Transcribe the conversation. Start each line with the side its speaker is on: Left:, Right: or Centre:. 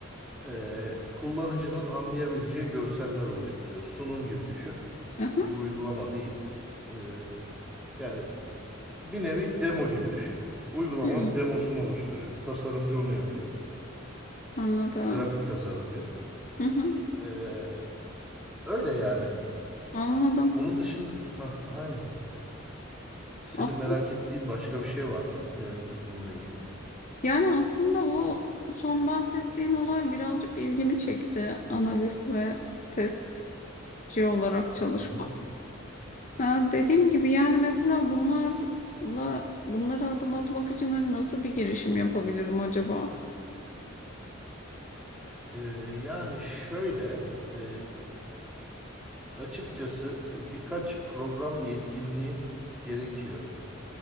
Centre: e, kullanıcının anlayabileceği görseller oluşturuyor. Sunum gibi düşün.
Left: Hı hı.
Centre: Bir uygulama değil. E, yani bir nevi demo gibi düşün. Uygulamanın
Left: Hı.
Centre: demosunu oluşturuyor. Tasarımcı onu yapıyor.
Left: Anladım.
Centre: Grafik tasarımcı.
Left: Hı hı.
Centre: E, öyle yani.
Left: Anladım.
Centre: Onun dışında Hah, aynen. Senin
Left: Aslında.
Centre: merak ettiğin başka bir şey var mı? Yani bununla ilgili.
Left: Yani aslında o son bahsettiğin olay birazcık ilgimi çekti. Analist ve testçi olarak çalışmak.
Centre: Hı hı.
Left: Ha, dediğim gibi yani mesela bunlarla bunlara adım atmak için hani nasıl bir girişim yapabilirim acaba?
Centre: E, yani şöyle e, açıkçası e, birkaç program yetkinliği gerekiyor